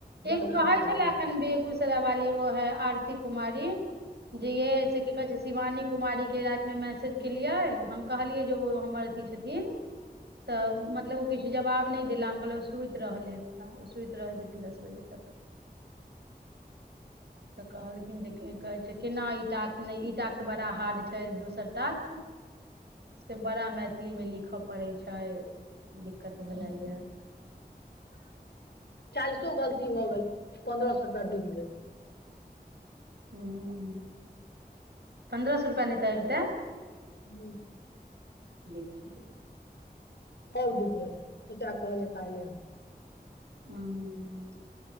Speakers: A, on the right (about 80°); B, on the left (about 90°).
A: एगो
B: उएहमे
A: कहै
B: पाइ
A: छलै
B: नहि आयल।
A: एखन बेगूस वाली ओ है आरती कुमारी दिये से की कहै छइ से शिवानी कुमारी के रातिमे मैसेज केलियै हम कहलियै जे ओ हमर अथी छथिन त मतलब ओ किछु जवाब नहि देला हम कहलिय ओ सुति रहल हे हां ओ सुती रहै छथीन दस बजे तक त कहलखिन जे की कहै छै केना ईटाक नहि ईटाक बड़ा हार्ड छै दोसर टाक से बड़ा मैथिलीमे लिख पड़ै छै दिक्कत भ
B: हँ,
A: जाइए
B: चालिसो गलती भ गेल पंन्द्रह सो रुपया डूबि गेल
A: हुं पन्द्रह सौ रुपया नै त अबितें
B: हू
A: देखियौ
B: ब डिब गेलला त च कहल कहाहल
A: हुं